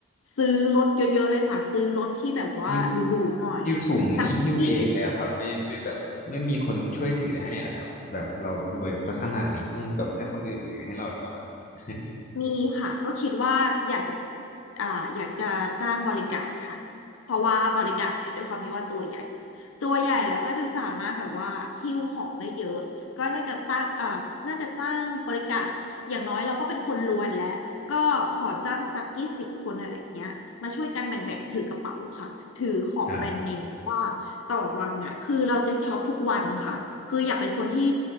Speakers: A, on the left; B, on the left.
A: ซื้อรถเยอะๆเลยค่ะ ซื้อรถที่แบบว่าหรูๆหน่อย
B: หิ้วหิ้วถุงนี่หิ้วเองเลยเหรอครับไม่ไม่แบบไม่มีคนช่วยถือให้เหรอครับแบบเรารวยซะขนาดนี้ต้องแบบให้คนอื่นถือให้เราหรือเปล่าครับ
A: สักยี่สิบปี
B: <laughs>
A: มีค่ะก็คิดว่าอยากจะอ่าอยากจะจ้างบริการค่ะเพราะว่าบริการเนี่ยด้วยความที่ว่าตัวใหญ่ตัวใหญ่แล้วก็จะสามารถแบบว่าหิ้วของได้เยอะก็น่าจะตั้งอ่าน่าจะจ้างบริการอย่างน้อยเราก็เป็นคนรวยแล้วก็ขอจ้างสักยี่สิบคนอะไรเงี้ยมาช่วยกันแบ่งๆถือกระเป๋าค่ะถือของแบรนด์เนมว่าต่อวันน่ะคือเราจะช็อปทุกวันค่ะคืออยากเป็นคนที่
B: ครับ